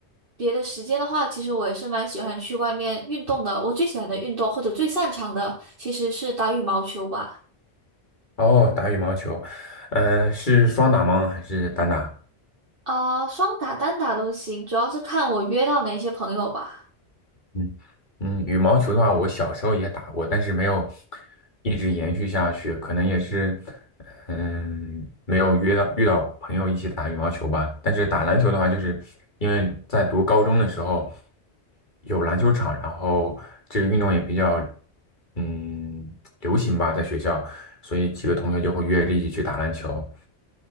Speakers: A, on the right; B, on the left.
A: 别的时间的话，其实我也是蛮喜欢去外面运动的。我最喜欢的运动或者最擅长的其实是打羽毛球吧，
B: 哦，打羽毛球，嗯、是双打吗？还是单打？
A: 啊、双打、单打都行，主要是看我约到哪些朋友吧。
B: 嗯嗯，羽毛球的话，我小时候也打过，但是没有一直延续下去，可能也是，嗯，没有约到遇到朋友一起打羽毛球吧。但是打篮球的话，就是因为在读高中的时候有篮球场，然后这个运动也比较嗯流行吧，在学校，所以几个同学就会约着一起去打篮球。